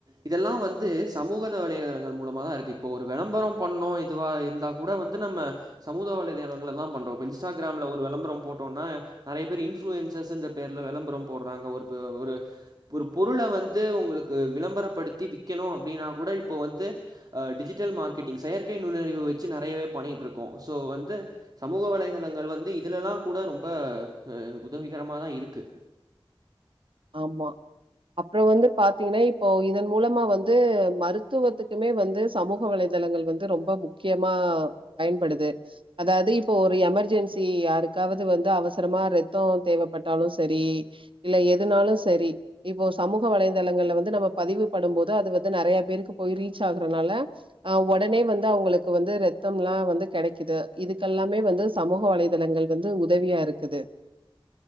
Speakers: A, on the right; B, on the right.
A: இதெல்லா வந்து சமூகத வலைதளங்கள் மூலமா தா இருக்கு இப்போ ஒரு விளம்பரம் பண்ணணு இதுவா இருந்தா முட வந்து நம்ம சமூத வலைதளங்களளா பண்றோ இப்ப இன்ஸ்டாகிராம்ல ஒரு விளம்பர போட்டோனா நெறைய பேர் இன்ஃபுளூயன்சஸ்ன்ற பேருல விளம்பர போடுறாங்க ஒரு ப ஒரு ஒரு பொருள வந்து உங்களுக்கு விளம்பரப்படுத்தி விக்கணு அப்டின்னா கூட இப்போ வந்து ஆ டிஜிட்டல் மார்க்கெட்டிங் செயற்கை நுண்ணறிவு வச்சு நெறையவே பண்ணிட்டு இருக்கோ சோ வந்து சமூக வலைதளங்கள் வந்து இதுலலா கூட ரொம்ப அ உதவிகரமா தா இருக்கு
B: ஆமா அப்புற வந்து பாத்தீங்கன்னா இப்போ இதன் மூலமா வந்து மருத்துவத்துக்குமே வந்து சமூக வலைதளங்கள் வந்து ரொம்ப முக்கியமா பயன்படுது அதாது இப்போ ஒரு எமர்ஜென்சி யாருக்காவது வந்து அவசரமா ரத்தோ தேவப்பட்டாலு சரி இல்ல எதுனாலு சரி இப்போ சமூக வலைதளங்கள்ல வந்து நம்ம பதிவு படும் போது அது வந்து நெறைய பேருக்கு போய் ரீச் ஆகுறனால அ உடனே வந்து அவுங்களுக்கு வந்து ரத்தம்ல்லா வந்து கெடைக்குது இதுக்கெல்லாமே வந்து சமூக வலைதளங்கள் வந்து உதவியா இருக்குது